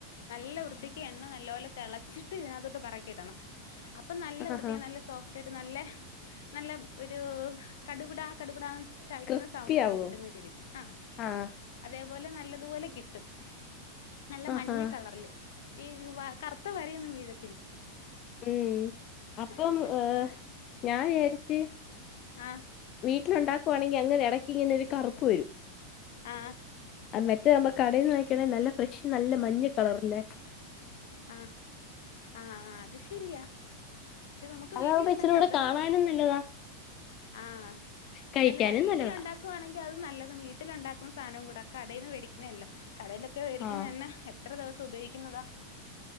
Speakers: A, on the left; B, on the left.
A: നല്ല വൃത്തിക്ക് എണ്ണ നല്ല ല്ലോലേ തെളച്ചിട്ടിതിനകത്തോട്ട് പെറക്കിയിടണം അപ്പം നല്ല വൃത്തി
B: ആഹാ
A: നല്ല സോഫ്റ്റായിട്ട് നല്ലെ. നല്ല ഒരു കടും. പുട കടുപുട ചവിക്കുന്ന
B: ക്രിസ്പി
A: സൗണ്ടൊക്കെ
B: ആവോ
A: കിട്ടുന്ന രീതിക്ക് ആ.
B: ആഹ്
A: അതേപോലെ നല്ലതുപോലെ കിട്ടും നല്ല
B: ആഹാ
A: മഞ്ഞ കളറില്. ഈ വ കറത്ത വരയൊന്നും വീഴരത്
B: ഉം അപ്പം
A: ആഹ്
B: ഏ ഞാൻ വിയാരിച്ച്
A: ആ
B: ട്ടിലൊണ്ടാക്കുവാണെങ്കി അങ്ങനെ എടക്കിങ്ങനൊരു കറപ്പ്‌ വരും.
A: ആ
B: അ മെറ്റേതാമ്പ കടെന്ന് വാങ്ങിക്കണ നല്ല ഫ്രഷ് നല്ല മഞ്ഞ കളറല്ലേ?
A: ആ ആ ആ അത് ശരിയാ. പക്ഷെ നമുക്ക്
B: അതാവമ്പ
A: വീട്ടിലുണ്ടാക്കാം
B: ഇച്ചിരൂടെ കാണാനും നല്ലതാ.
A: ആ
B: കഴിക്കാനും
A: അതല്ലടാ വീട്ടിലൊണ്ടാക്കുവാണെങ്കി
B: നല്ലതാ
A: അത് നല്ലതും വീട്ടിലൊണ്ടാ ക്കും സാനോം കൂട കടെന്ന് വേടിക്കുന്നെല്ല കടയിലൊക്കെ വേടിക്കുന്ന
B: ആഹ്
A: എണ്ണ. എത്ര ദിവസം ഉപയോഗിക്കുന്നതാ.